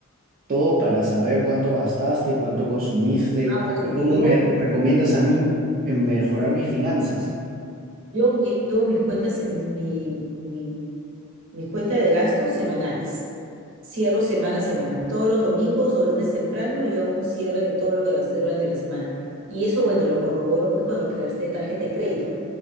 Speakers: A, on the right (about 40°); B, on the right (about 60°).
A: todo para saber cuánto gastaste, cuánto consumiste
B: Ah, bueno,
A: y cómo
B: yo,
A: me recomiendas a mí en mejorar mis finanzas.
B: yo llevo mis cuentas, mi, mi, Mi cuenta de gastos semanales. Cierro semana a semana. Todos los domingos o lunes temprano yo hago un cierre de todo lo que gasté durante la semana. Y eso, bueno, lo corroboro pues con lo que gasté de tarjeta de crédito.